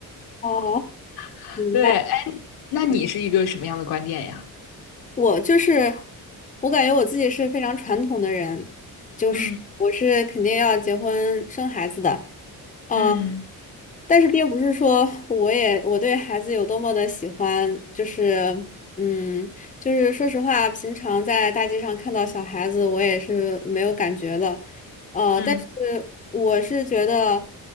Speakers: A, on the left (about 20°); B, on the left (about 85°).
A: 哦，
B: <laughs>
A: 明白。
B: 对，哎，那你是一个什么样的观点呀？
A: 我就是，我感觉我自己是非常传统的人，就是我是肯定要结婚生孩子的。
B: 嗯
A: 呃，
B: 嗯
A: 但是并不是说我也我对孩子有多么的喜欢，就是嗯，就是说实话，平常在大街上看到小孩子，我也是没有感觉的，呃，
B: 嗯
A: 但是我是觉得，